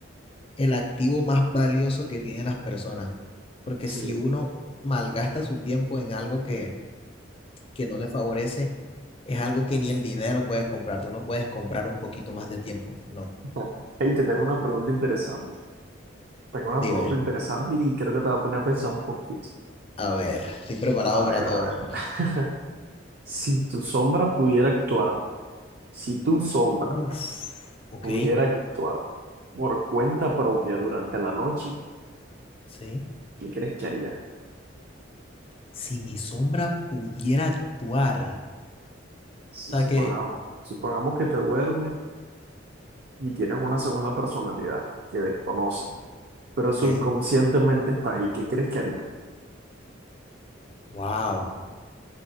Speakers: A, on the left; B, on the right.
A: el activo más valioso que tienen las personas, porque
B: sí.
A: si uno malgasta su tiempo en algo que que no le favorece, es algo que ni el dinero puede comprar. Tú no puedes comprar un poquito más de tiempo. No.
B: <laughs> Hey, te tengo una pregunta interesante. Tengo una
A: Dime.
B: pregunta interesante y creo que te va a poner a pensar un poquito.
A: A ver, estoy preparado
B: A ver,
A: para todo.
B: a ver. <laughs> Si tu sombra pudiera actuar, si tu sombra
A: Uf, ok.
B: pudiera actuar por cuenta propia durante la noche,
A: Sí.
B: ¿qué crees que haría?
A: Si mi sombra pudiera actuar.
B: Si
A: O sea
B: supongamos,
A: que,
B: supongamos que te duermes y tienes una segunda personalidad que desconocen, pero subconscientemente
A: ok.
B: está ahí, ¿qué crees que haría?
A: Wow,